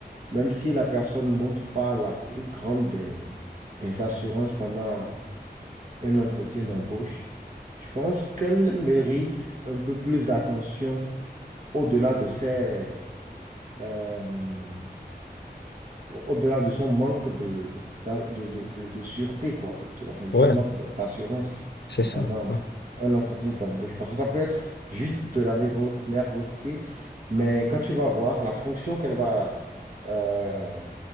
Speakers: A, on the right; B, on the left.
A: même si la personne ne montre pas la plus grande des, des assurances pendant un entretien d'embauche, je pense qu'elle mérite un peu plus d'attention au-delà de ses... euh, au- au-delà de son manque de, d'a- de, de, de, de sûreté, quoi, de- enfin de
B: Ouais.
A: son manque d'a- d'assurance
B: C'est ça,
A: pendant
B: ouais.
A: un entretien d'embauche. Parce que ça peut être juste de la nervo- nervosité, mais quand tu vas voir la fonction qu'elle va euh,